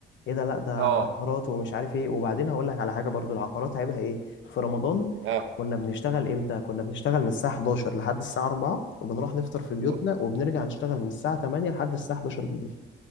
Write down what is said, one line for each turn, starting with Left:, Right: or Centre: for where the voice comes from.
Left: ايه ده لا ده
Right: اه
Left: عقارات ومش عارف ايه وبعدين هقول لك على حاجة برضه العقارات عيبها ايه في رمضان
Right: اه
Left: كنا بنشتغل امتى كنا بنشتغل من الساعة 11 لحد الساعة 4 وبنروح نفطر في بيوتنا
Right: و-
Left: وبنرجع نشتغل من الساعة 8 لحد الساعة 11 بالليل